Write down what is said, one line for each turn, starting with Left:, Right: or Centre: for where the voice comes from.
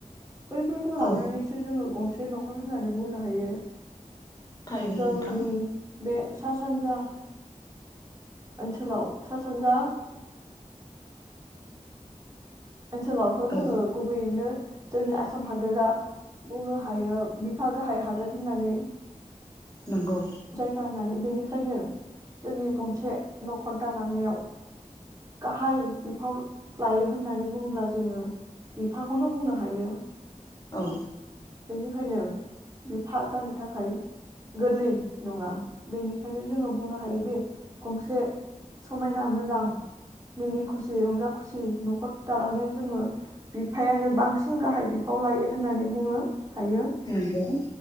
Right: बैफोरखौ लानानैसो
Left: औ
Right: जोङो गंसे न'खर होननानै बुंनो हायो।
Left: थारैनो
Right: जोंनि
Left: नोंथां
Right: बे सा सानजा ओनसोलाव सा सानजा ओनसोलावथ' जोङो
Left: औ
Right: गुबैयैनो जोंनि आसाम हादोरा बुंनो हायो बिफा गाहाय हादोर होननानै।
Left: नंगौ
Right: जायगा होननानै। बेनिखायनो जोंनि गंसे न'खर दालांनायाव गाहाय बिफाव लायो होननानै बुंब्ला जोङो बिफाखौनो बुंनो हायो।
Left: औ।
Right: बेनिखायनो बिफा जानो थाखाय गोरलै नङा। बेनिखायनो जोङो बुंनो हायोदि गंसे समायना मोजां मिनि खुसि रंजा खुसि न'खर दालांनायाव जोङो बिफायानो बांसिन गाहाय बिफाव लायो होननानै बुङो‌। हायो
Left: नंगौ